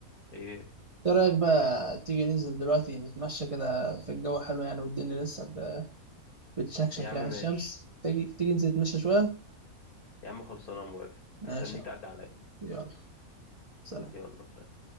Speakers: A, on the left (about 75°); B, on the right (about 25°).
A: ايه
B: ايه رايك بقى تيجي ننزل دلوقتي نتمشى كده في الجو حلو يعني والدنيا لسه ب- بتشكشك
A: يا عم
B: يعني
A: ماشي
B: الشمس تيجي تيجي ننزل نتمشى شويه
A: يا عم خلصانه موافق
B: ماشي
A: مستنيك
B: يا معلم.
A: تعدي عليا
B: يلا سلام
A: يلا سلام